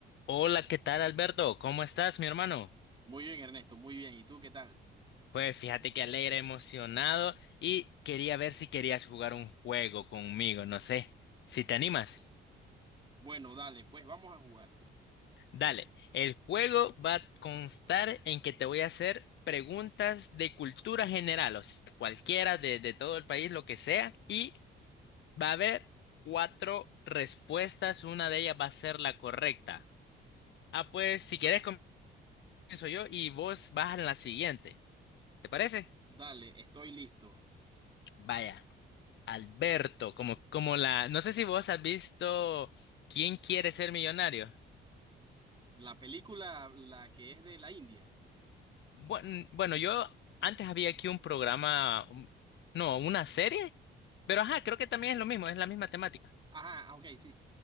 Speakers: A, on the left (about 65°); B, on the right (about 25°).
A: Hola, ¿qué tal Alberto? ¿Cómo estás, mi hermano?
B: Muy bien, Ernesto, muy bien. ¿Y tú qué tal?
A: Pues fíjate que alegre, emocionado y quería ver si querías jugar un juego conmigo, no sé, si te animas.
B: Bueno, dale, pues vamos a jugar.
A: Dale, el juego va a constar en que te voy a hacer preguntas de cultura general, o sea, cualquiera de, de todo el país, lo que sea, y va a haber cuatro respuestas, una de ellas va a ser la correcta. Ah, pues si quieres comienzo yo y vos vas en la siguiente, ¿te parece?
B: Dale, estoy listo.
A: Vaya. Alberto, como, como la, no sé si vos has visto ¿Quién quiere ser millonario?
B: La película, la que es de la India.
A: Buen- Bueno, yo antes había aquí un programa, un- no, una serie, pero ajá, creo que también es lo mismo, es la misma temática.
B: Ajá, ah, ok, sí.